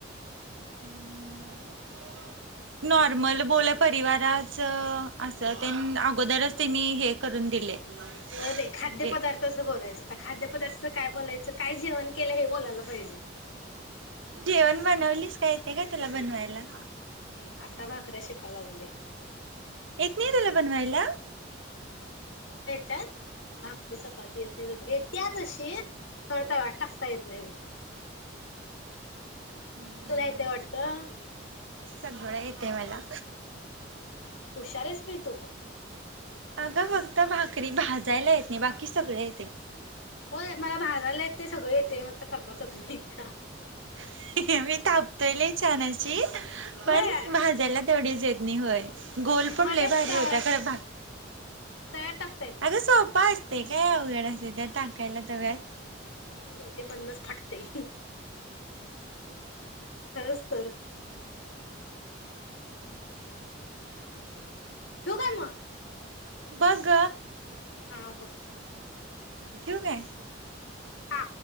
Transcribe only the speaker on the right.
<unintelligible>
म्हणजे
जेवण बनवलीस काय? येतय का तुला बनवायला?
येत नाही तुला बनवायला?
हम्म
सगळं येतय मला.
आगं फक्त भाकरी भाजायला येत नाही. बाकी सगळं येतय.
<unintelligible> मी थापतोय लई छान! अशी <unintelligible>
तेवढीच येत नाही होय गोल पण
लय भारी
होताय खरं भात
अरे सोपं अस ते काय उवघड असते त्यात टाकायला तव्यात
बस ग
हा ठिऊ काय?